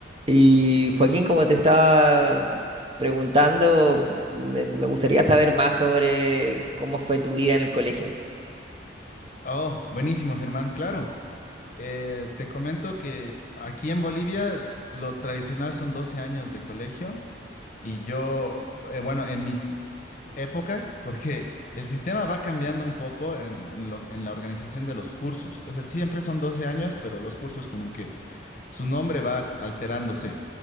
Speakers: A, on the right (about 30°); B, on the left (about 40°).
A: Y Joaquín, como te estaba preguntando, me, me gustaría saber más sobre cómo fue tu vida en el colegio.
B: Oh, buenísimo, Germán, claro. Eh, te comento que aquí en Bolivia lo tradicional son 12 años de colegio y yo, eh, bueno, en mis épocas, porque el sistema va cambiando un poco en, lo- en la organización de los cursos. O sea, siempre son 12 años, pero los cursos como que su nombre va alterándose.